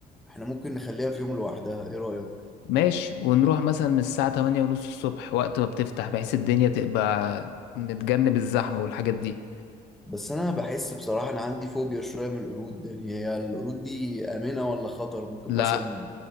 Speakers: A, in the centre; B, on the left.
A: احنا ممكن نخليها في يوم لوحدها ايه رأيك
B: ماشي ونروح مثلا من الساعة تمانية ونص الصبح وقت ما بتفتح بحيث الدنيا تبقى نتجنب الزحمة والحاجات دي
A: بس انا بحس بصراحة انا عندي فوبيا شوية من القرود يعني هي القرود دي آمنة ولا خطر ممكن
B: لا
A: مثلا